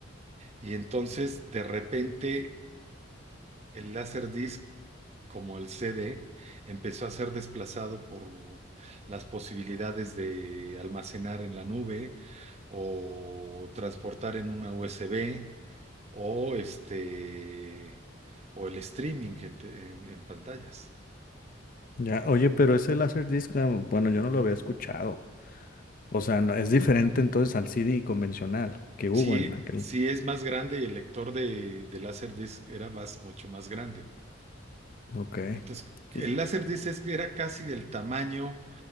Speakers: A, on the right (about 35°); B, on the left (about 45°).
A: Y entonces, de repente, el Laserdisc, como el CD, empezó a ser desplazado por las posibilidades de almacenar en la nube o transportar en una USB o este o el streaming en, te- en en pantallas.
B: Ya, oye, pero ese Laserdisc, ah, bueno, yo no lo había escuchado. O sea, no- es diferente entonces al CD convencional que hubo
A: Sí,
B: en aquel.
A: sí es más grande y el lector de, de Laserdisc era más, mucho más grande.
B: Ok.
A: Entonces, el
B: Y-
A: Laserdisc es que era casi del tamaño